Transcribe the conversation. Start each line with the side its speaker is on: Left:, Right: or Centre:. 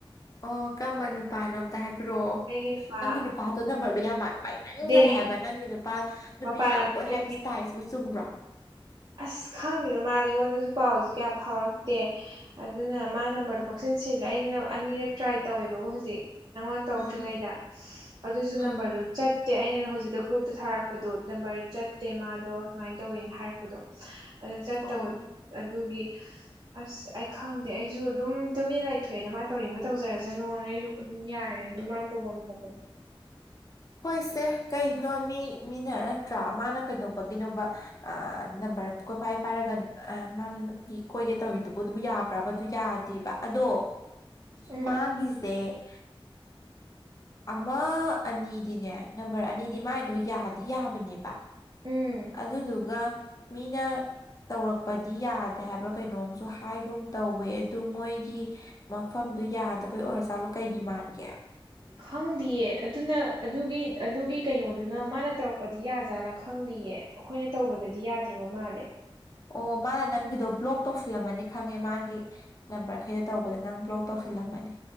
Left: ꯑꯣ ꯀꯝꯕ ꯅꯨꯄꯥꯅꯣ ꯑꯝꯇ ꯍꯥꯏꯕꯤꯔꯛꯑꯣ
Right: ꯑꯩꯒꯤ ꯅꯨꯄꯥ
Left: ꯅꯪꯒꯤ ꯅꯨꯄꯥꯗꯣ ꯅꯝꯕꯔꯗꯨꯣ ꯌꯥꯝ ꯃꯥꯜ ꯄꯥꯏꯃꯟꯒꯔꯦ
Right: ꯗꯦꯜꯂꯤ
Left: ꯍꯥꯏꯕ ꯅꯪꯒꯤ ꯅꯨꯄꯥ ꯅꯨꯄꯤ
Right: ꯃꯄꯥꯟ
Left: ꯃꯌꯥꯝ
Right: ꯂꯝꯗ
Left: ꯀꯣꯏ
Right: ꯂꯩꯕꯤ
Left: ꯍꯥꯏꯕꯁꯨ ꯇꯥꯏ ꯑꯁꯤꯕꯨ ꯆꯨꯝꯕ꯭ꯔꯣ꯫
Right: ꯑꯁ ꯈꯪꯗꯦꯗ ꯃꯥꯖꯦ ꯑꯩꯉꯣꯟꯗꯁꯨ ꯄꯥꯎꯁꯨ ꯀꯌꯥ ꯐꯥꯎꯔꯛꯇꯦ ꯑꯗꯨꯅ ꯃꯥ ꯅꯝꯕꯔꯗꯣ ꯄꯪꯁꯤꯟ ꯁꯤꯟꯂꯦ ꯑꯩꯅ ꯑꯅꯤꯔꯛ ꯇ꯭ꯔꯥꯏ ꯇꯧꯋꯦꯕꯀꯣ ꯍꯧꯖꯤꯛ꯫ ꯅꯪꯉꯣꯟꯗ ꯇꯧꯗ꯭ꯔꯤꯉꯩꯗ
Left: ꯎꯝ
Right: ꯑꯗꯨꯁꯨ
Left: ꯎꯝ
Right: ꯅꯝꯕꯔꯗꯨ ꯆꯠꯇꯦ ꯑꯩꯅꯅ ꯍꯧꯖꯤꯛꯇ ꯒ꯭ꯔꯨꯞꯇ ꯊꯥꯔꯛꯄꯗꯣ ꯅꯝꯕꯔ ꯆꯠꯇꯦ ꯃꯥꯗꯣ ꯁꯨꯃꯥꯏꯅ ꯇꯧꯋꯤꯅ ꯍꯥꯏꯔꯛꯦ ꯆꯄꯗꯣ ꯑꯗꯨ ꯆꯠꯇꯕꯗꯣ
Left: ꯑꯣ
Right: ꯑꯗꯨꯒꯤ ꯑꯁ ꯑꯩ ꯈꯪꯗꯦ ꯑꯩꯁꯨ ꯑꯗꯨꯝ ꯇꯨꯃꯤꯟꯅ ꯂꯩꯊꯣꯛꯑꯦꯗ ꯃꯥꯅ ꯇꯧꯅꯤꯡꯕ ꯇꯧꯖꯔꯁꯅꯣꯅ ꯑꯩꯁꯨ꯫ ꯑꯗꯨꯝ ꯌꯥꯔꯦ ꯑꯗꯨ ꯃꯥꯅ ꯇꯧꯐꯝ ꯊꯣꯛꯄꯗꯣ꯫
Left: ꯍꯣꯏꯁꯦ ꯀꯩꯅꯣ ꯃꯤ ꯃꯤꯅ ꯅꯠꯇ꯭ꯔꯥ ꯃꯥꯅ ꯀꯩꯗꯧꯕꯒꯤꯅꯣꯕ꯫ ꯑ ꯅꯝꯕꯔ ꯀꯣꯏꯐꯥꯏ ꯄꯥꯏꯔꯒ ꯃꯥꯅ ꯅꯨꯄꯤ ꯀꯣꯏꯒꯦ ꯇꯧꯔꯤꯗꯨꯕꯨ ꯑꯗꯨꯕꯨ ꯌꯥꯕ꯭ꯔꯕ ꯑꯗꯨ ꯌꯥꯗ ꯕ ꯑꯗꯣ
Right: ꯍꯦ꯫
Left: ꯃꯥꯒꯤꯁꯦ ꯑꯃ ꯑꯅꯤ ꯗꯤꯅꯦ ꯅꯝꯕꯔ ꯑꯅꯤꯗꯤ ꯃꯥꯏꯗꯣ ꯌꯥꯗꯤ ꯌꯥꯕꯅꯦꯕ
Right: ꯎꯝ
Left: ꯑꯗꯨꯗꯨꯒ ꯃꯤꯅ꯫ ꯇꯧꯔꯛꯄꯗꯤ ꯌꯥꯗꯦ ꯍꯥꯏꯕ꯭ꯔꯥ ꯀꯩꯅꯣꯝꯁꯨ ꯍꯥꯏꯒꯨꯝ ꯇꯧꯋꯦ ꯑꯗꯨ ꯃꯣꯏꯒꯤ ꯃꯐꯝꯗꯨ ꯌꯥꯗꯕꯩ ꯑꯣꯔꯖꯥꯠꯂꯣ ꯀꯩꯒꯤ ꯃꯥꯟꯒꯦ
Right: ꯈꯪꯗꯤꯌꯦ ꯑꯗꯨꯅ ꯑꯗꯨꯒꯤ ꯑꯗꯨꯒꯤ ꯀꯩꯅꯣꯗꯨꯅ ꯃꯥꯅ ꯇꯧꯔꯛꯄꯗꯤ ꯌꯥꯖꯥꯠꯂꯥ ꯈꯪꯗꯤꯌꯦ꯫ ꯑꯩꯈꯣꯏꯅ ꯇꯧꯕꯗꯗꯤ ꯌꯥꯗ꯭ꯔꯕ ꯃꯥꯜꯂꯦ
Left: ꯑꯣ ꯃꯥꯅ ꯅꯪꯒꯤꯗꯣ ꯕ꯭ꯂꯣꯛ ꯇꯧꯁꯜꯂꯝꯃꯅꯤ ꯈꯪꯉꯦ ꯃꯥꯒꯤ ꯅꯝꯕꯔꯈꯩꯗꯣ ꯇꯧꯕꯗ ꯅꯪ ꯕ꯭ꯂꯣꯛ꯫ ꯇꯧꯁꯤꯜꯂꯝꯃꯅꯦ